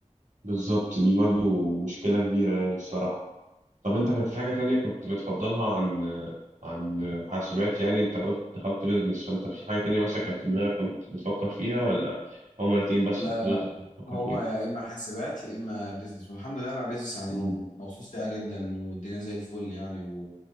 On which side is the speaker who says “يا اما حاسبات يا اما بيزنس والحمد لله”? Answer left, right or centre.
Left